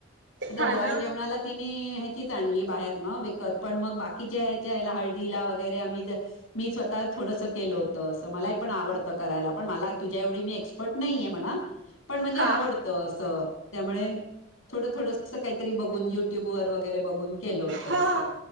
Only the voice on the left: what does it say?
<unintelligible>
डोहाळे
जेवणाला. तिने ह्याचीच आणली बाहेर न विकत, पण मग बाकीच्या ह्याच्या हळदीला व मी स्वःत थोडस केल होत. मला पण आवडत करायला पण मला तुझी तुझ्याएव्हडी मी एक्सपर्ट नाहीे म्हणा, पण म्हणजे
आवड अस त्यामुळे थोड थोड स काहीतरी बघून. युट्युब वर वैगरे बगुन केल होत
अस.